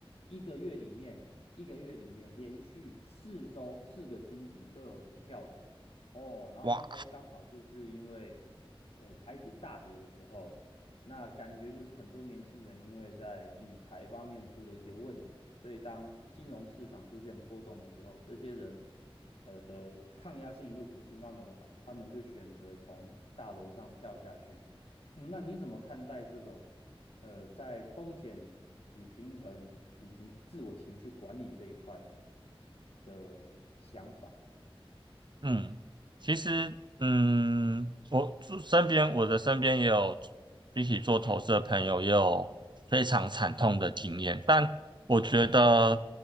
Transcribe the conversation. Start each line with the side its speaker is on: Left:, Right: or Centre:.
Left: 一个月里面，一个月里面连续四周四个星期都有人跳楼哦。然后那时候刚好就是因为，
Right: 哇，
Left: 诶、台股大跌的时候，那感觉就是很多年轻人因为在理财方面出了一些问题，所以当金融市场出现波动的时候，这些人呃的抗压性又不是那么的好，他们就选择从大楼上跳下去。嗯，那你怎么看待这种呃在风险与平衡以及自我情绪管理这一块的想法？
Right: 嗯，其实，嗯，我住身边，我的身边也有一起做投资的朋友，也有非常惨痛的经验。但我觉得，